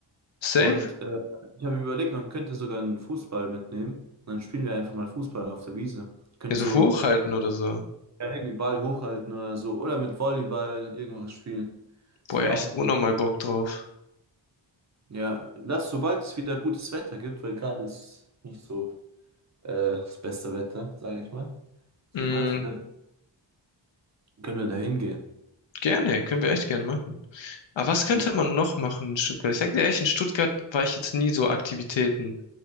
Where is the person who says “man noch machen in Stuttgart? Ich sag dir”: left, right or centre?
Left